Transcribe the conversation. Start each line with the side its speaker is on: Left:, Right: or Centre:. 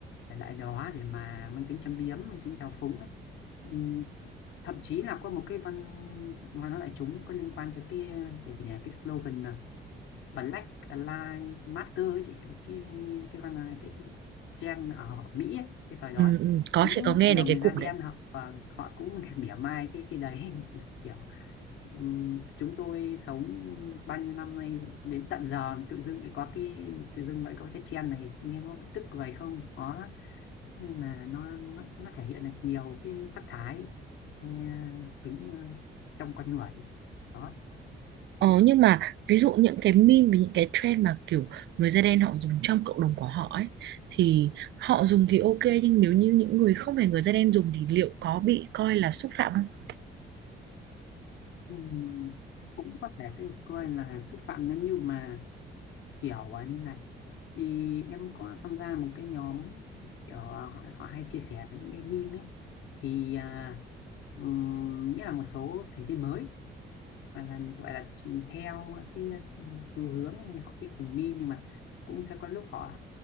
Left: thể loại đó để mà mang tính châm biếm mang tính thao phúng ấy. Ừm, thậm chí là có một cái văn văn hóa đại chúng có liên quan tới cái cái gì nhỉ cái slogan là Black Lives Matter ấy chị cái cái văn cái cái trend ở họ Mỹ ấy, cái thời đó
Right: ừ,
Left: ấy.
Right: ừ, có
Left: chính
Right: chị có nghe
Left: cộng đồng
Right: đến cái
Left: người da
Right: cụm
Left: đen
Right: đấy.
Left: họ và họ cũng <laughs> mỉa mai cái cái đấy <laughs> kiểu Ừm, chúng tôi sống bao nhiêu năm nay đến tận giờ tự dưng lại có cái tự dưng lại có cái trend này nghe nó tức cười không đó nhưng mà nó nó, nó thể hiện được nhiều cái sắc thái nghe tính ờ, trong con người đó
Right: Ờ, nhưng mà ví dụ những cái meme và những cái trend mà kiểu người da đen họ dùng trong cộng đồng của họ ấy thì họ dùng thì ok nhưng nếu như những người không phải người da đen dùng thì liệu có bị coi là xúc phạm không?
Left: Ừm, cũng có thể sẽ coi là xúc phạm nếu như mà kiểu ờ, như này thì em có tham gia một cái nhóm kiểu ờ, họ, họ hay chia sẻ về những cái meme ấy thì à, ừm, nghĩa là một số thành viên mới và là gọi là theo cái xu hướng thì họ thích dùng meme nhưng mà cũng sẽ có lúc họ